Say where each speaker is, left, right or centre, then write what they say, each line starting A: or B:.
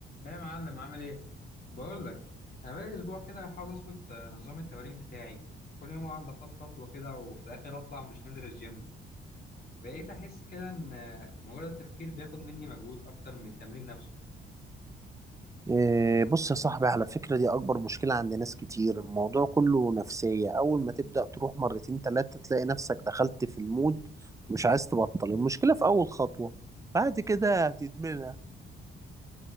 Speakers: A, on the left; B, on the right.
A: ايه يا معلم عامل ايه بقول لك انا بقالي اسبوع كده بحاول اظبط آه، نظام التمارين بتاعي وكل يوم اقعد اخطط له كده وفي الاخر اطلع مش نازل الجيم بقيت احس كده ان آه، مجرد التفكير بياخد مني مجهود اكتر من التمرين نفسه
B: إيه، بص يا صاحبي على فكرة دي أكبر مشكلة عند ناس كتير الموضوع كله نفسية أول ما تبدأ تروح مرتين تلاتة تلاقي نفسك دخلت في المود مش عايز تبطل المشكلة في أول خطوة بعد كده هتدمنها